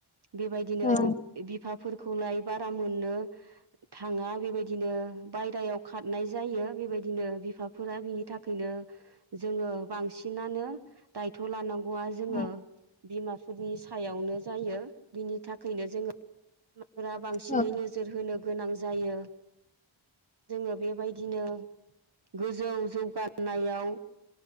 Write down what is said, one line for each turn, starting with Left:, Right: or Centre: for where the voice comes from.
Right: बेबायदिनो
Left: औ
Right: बिफाफोरखौलाय बारा मोननो थाङा बेबायदिनो बायेरायाव खारनाय जायो बेबायदिनो बिफाफोरा बिनि थाखायनो जोङो बांसिनानो दायथ' लानांगौआ जोङो
Left: औ
Right: बिमाफोरनि सायावनो जायो बिनि थाखायनो जोङो फोरा बांसिनै
Left: औ
Right: नोजोर होनो गोनां जायो। जोङो बेबायदिनो गोजौ जौगानायाव